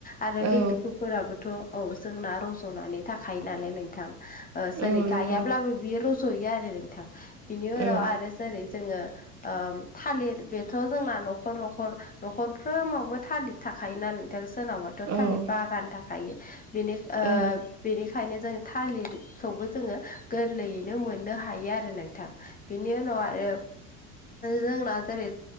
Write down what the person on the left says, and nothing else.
आरो लिथुखुफोराबोथ'
औ जोंना रज'नानै थाखायो नालाय नोंथां जेरै
गायाब्लाबो
बियो रज'यो आरो नोंथां बिनि उनाव
आरो जेरै जोङो थालिर बेथ' जोंना न'खर न'खर न'खरफ्रोमावबो थालिर थाखायोना बिथां सोरनावबाथ'
थालिर
बागान थाखायो बेनि
बेनिखायनो जों थालिरखौबो जोङो गोरलैयैनो मोननो हायो आरो नोंथां बेनि उनाव आरो जोंना जेरै